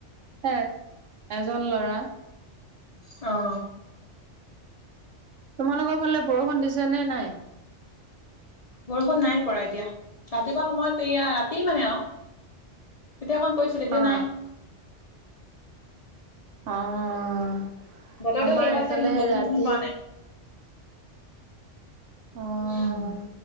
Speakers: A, on the right; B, on the left.
A: হয়, এজন ল'ৰা।
B: অ'।
A: তোমালোকৰ ফালে বৰষুণ দিছে নে নাই?
B: বৰষুণ নাই পৰা এতিয়া। ৰাতিপুৱা সময়ত এয়া ৰাতি মানে আৰু। এতিয়া অকণ পৰিছিলে, এতিয়া
A: অ
B: নাই।
A: অ',
B: বতৰটো
A: আমাৰ
B: হেৰি হৈ
A: এইফালে
B: আছে কিন্তু বৰষুণ
A: ৰাতি
B: চৰষুণ পৰা নাই।
A: অ'।
B: উম,